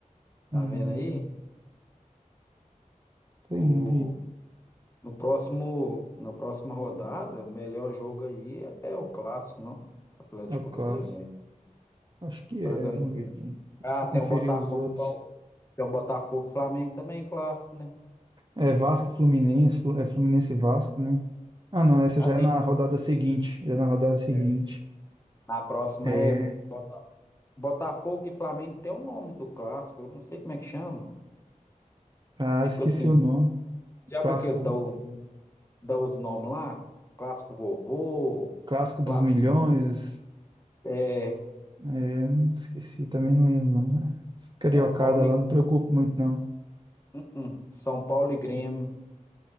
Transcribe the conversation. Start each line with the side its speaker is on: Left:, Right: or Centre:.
Right: Hum,
Left: Tá vendo aí?
Right: Pling,
Left: O, no próximo, na próxima rodada, o melhor jogo aí é, é o clássico, não? Atlético
Right: é o Cássio.
Left: e Cruzeiro mesmo.
Right: Acho que
Left: Bragantino.
Right: é, vamos ver aqui.
Left: Ah,
Right: Deixa eu
Left: tem
Right: conferir
Left: o Botafogo
Right: os outros.
Left: e Pau. Tem o Botafogo e Flamengo também, clássico, né?
Right: É Vasco e Fluminense, Flu- é Fluminense e Vasco, né? Ah, não, essa
Left: Ah,
Right: já
Left: tem.
Right: é na rodada seguinte, já é na rodada seguinte.
Left: É. A próxima
Right: É,
Left: é Bota- Botafogo e Flamengo. Tem o nome do clássico, eu não sei como é que chama.
Right: ah,
Left: Tipo
Right: esqueci
Left: assim,
Right: o nome.
Left: já
Right: Clássico,
Left: viu que eles dão dá os nomes lá, Clássico Vovô,
Right: clássico
Left: Fla-Flu,
Right: dos milhões,
Left: é,
Right: É, não esqueci, também não lembro, não. Esse Cariocada
Left: São Paulo
Right: lá,
Left: e,
Right: não preocupo muito, não.
Left: hum, hum, São Paulo e Grêmio,